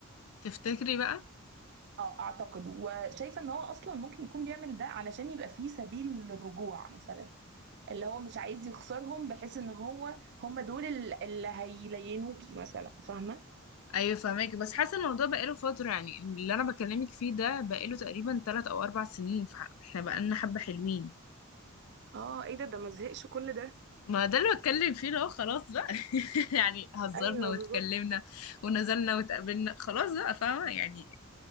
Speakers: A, on the left; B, on the right.
A: تفتكري بقى
B: اه اعتقد وشايفة ان هو اصلا ممكن يكون بيعمل ده علشان يبقى فيه سبيل للرجوع مثلا اللي هو مش عايز يخسرهم بحيث ان هو هم دول ال- اللي هيلينوكي مثلا فاهمه
A: ايوه فهماكي بس حاسة الموضوع بقاله فترة يعني اللي انا بكلمك فيه ده بقاله تقريبا 3 او 4 سنين فاحنا بقالنا حبة حلوين
B: اه ايه ده ده ما زهقش كل ده
A: ما ده اللي بتكلم فيه لو خلاص بقى <laughs> يعني هزرنا
B: ايوه
A: واتكلمنا
B: بالظبط
A: ونزلنا واتقابلنا خلاص بقى فاهمة يعني